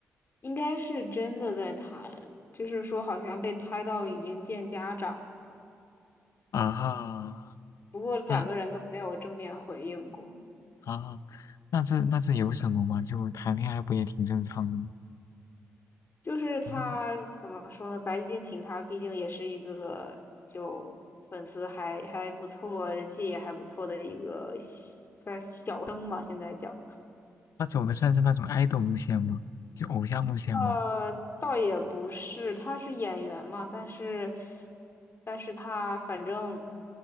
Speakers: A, on the left; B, on the left.
A: 应该是真的在谈，就是说好像被拍到已经见家长，
B: 啊？
A: 不过两个人都没有正面回应过。
B: 那。啊，那这那这有什么嘛？就谈恋爱不也挺正常的吗？
A: 就是他怎么说呢？
B: 那
A: 白敬亭他毕竟也是一个就粉丝还还不错，人气也还不错的一个小算小生嘛，现在叫。
B: 他走的算是那种 idol 路线吗？就偶像路线吗？
A: 呃，倒也不是，他是演员嘛，但是，但是他反正